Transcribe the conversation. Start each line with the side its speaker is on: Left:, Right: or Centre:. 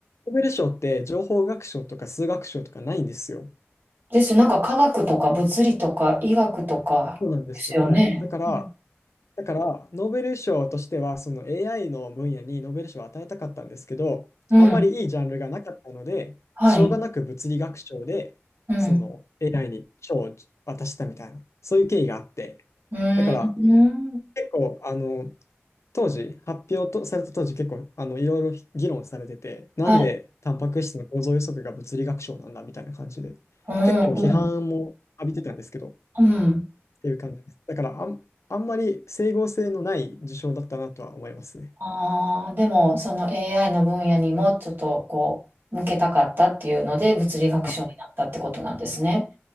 Left: ノーベル賞って情報学賞とか数学賞とかないんですよ。
Right: ですよ。なんか科学とか物理とか医学とかですよね。
Left: そうなんですよ。はい。だから、
Right: うん。
Left: だから、ノーベル賞としては、その AI の分野にノーベル賞を与えたかったんですけど、
Right: うん
Left: あんまりいいジャンルがなかったので、
Right: はい。
Left: しょうがなく物理学賞で、
Right: うん。
Left: その AI に賞を渡したみたいな、そういう経緯があって、
Right: うー
Left: だから、
Right: ん。
Left: 結構、あの、当時、発表とされた当時、結構、あの、いろいろ議論されてて、なんでタンパク質の構造予測が物理学賞なんだみたいな感じで、
Right: はい。うん。
Left: 結構批判も浴びてたんですけど、
Right: うん。うん。
Left: っていう感じです。だからあん、あんまり整合性のない受賞だったなとは思いますね。
Right: ああ、でも、その AI の分野にもちょっとこう、向けたかったっていうので、物理学賞になったってことなんですね。
Left: あ